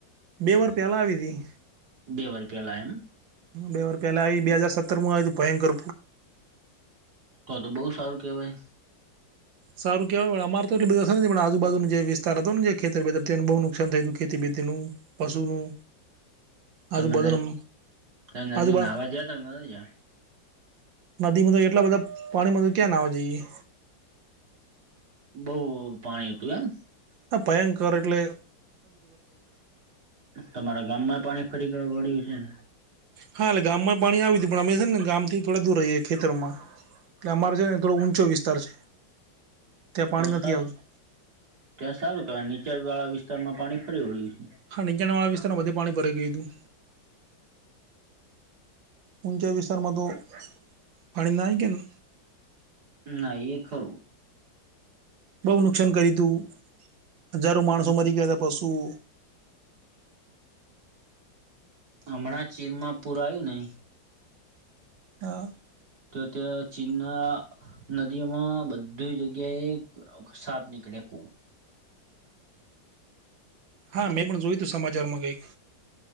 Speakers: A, on the right; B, on the right.
A: બે વાર પેલા આવી હતી
B: બે વાર પેલા એમ
A: બે વાર પહેલાં આવી બે સતરમાં આવી હતી ભયંકર
B: તો તો બહું સારું કહેવાય
A: સારું કેવાય અમાર તો એટ બધા નથી પણ આજુ બા <unintelligible> જુનું જે વિતાર હતો જે ખેતર તેમ બઉ નું સાન થાય ખેતી બેતી નું પશુનું
B: તમે
A: આજુબાજુનું
B: નદી
A: આજુબા
B: નાવા ગયા તા
A: નદી માં તો એટલા બધા પાણીમાં તો ક્યાં નાવા જઈએ.
B: બઉ પાણી હતું એમ.
A: હ ભયંકર એટલે <unintelligible>
B: તમારા ગામમાં પાણી ફરી વળ્યું હશે ને.
A: હા એટલે ગામમાં પાણી આવતું પણ અમે છે ને ગામ થી થોડા દૂર રહીએ ખેતરમાં. એટલે અમારે છે ને થોડો ઊંચો વિસ્તાર છે. ત્યાં
B: તો
A: પાણી
B: સ
A: નથી આવતું
B: ત્યાં સારું કેવાય નીચાણ વાળા વિસ્તારમાં પાણી ફરી વળ્યું છે.
A: હા નીચાણ વાળા વિસ્તારમાં બધે પાણી ભરાઇ ગયું તું. ઊંચ વિસતારમાં તો પાણી <unintelligible>
B: ના એ ખરું.
A: બહુ નુકસાન કર્યું તું હજારો માણસો મરી ગયા હતા પશુઓ
B: હમણાં ચીનમાં પૂર આયુ ને
A: <unintelligible>
B: ત્યાં ચીનના નદીઓમાં બધી જગ્યાએ સાપ નીકળે કૂ
A: હા મેં પણ જોયું હતું સમાચારમાં કંઈક